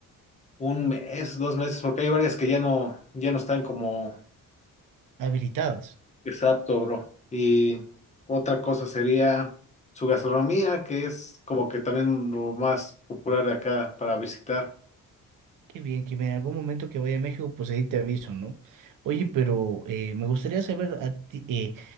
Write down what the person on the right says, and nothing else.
habilitados.
Qué bien, que en algún momento que vaya a México, pues ahí te aviso, ¿no? Oye, pero eh, me gustaría saber a ti, eh,